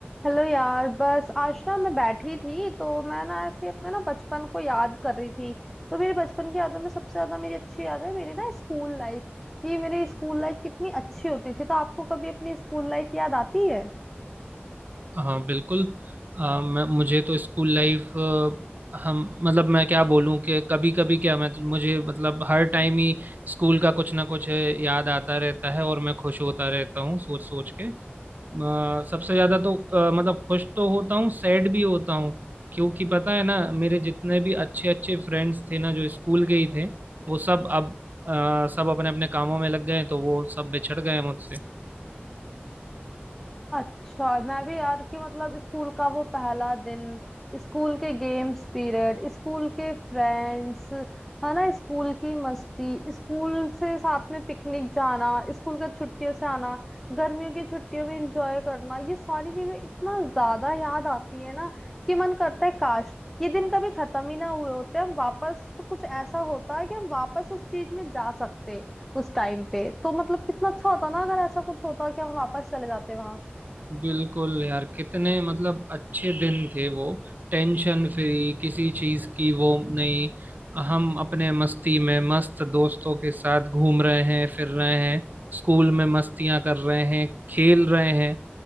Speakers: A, in the centre; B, on the right.
A: हेलो यार बस आज ना मैं बैठी थी तो मैं ना ऐसे अपने ना बचपन को याद कर रही थी तो मेरी बचपन की यादों में सबसे ज्यादा मेरी अच्छी याद है मेरी ना स्कूल लाइफ कि मेरी स्कूल लाइफ कितनी अच्छी होती थी तो आपको कभी अपनी स्कूल लाइफ याद आती है
B: हाँ बिल्कुल आ, मैं मुझे तो स्कूल लाइफ हम मतलब मैं क्या बोलूँ कि कभी कभी क्या मैं मुझे मतलब हर टाइम ही स्कूल का कुछ ना कुछ याद आता रहता है और मैं खुश होता रहता हूँ सोच सोच के अ, सबसे ज़्यादा तो अ, मतलब खुश तो होता हूँ सैड भी होता हूँ क्योंकि पता है ना मेरे जितने भी अच्छे अच्छे फ्रेंड्स थे ना जो स्कूल के ही थे वो सब अब अ, सब अपने अपने कामों में लग गए हैं, तो वो सब बिछड़ गए हैं मुझसे
A: अच्छा मैं भी यार कि मतलब स्कूल का वो पहला दिन स्कूल के गेम्स पीरियड स्कूल के फ्रेंड्स है ना स्कूल की मस्ती स्कूल से साथ में पिकनिक जाना स्कूल का छुट्टियों से आना गर्मियों की छुट्टियों में एंजॉय करना ये सारी चीजें इतना ज्यादा याद आती है ना कि मन करता है काश ये दिन कभी खत्म ही ना हुए होते हम वापस कुछ ऐसा होता है कि हम वापस उस चीज में जा सकते उस टाइम पे तो मतलब कितना अच्छा होता ना अगर ऐसा कुछ होता कि हम वापस चले जाते वहां
B: बिल्कुल यार कितने मतलब अच्छे दिन थे वो टेंशन फ्री किसी चीज की वो नहीं हम अपने मस्ती में मस्त दोस्तों के साथ घूम रहे हैं फिर रहे हैं स्कूल में मस्तियां कर रहे हैं खेल रहे हैं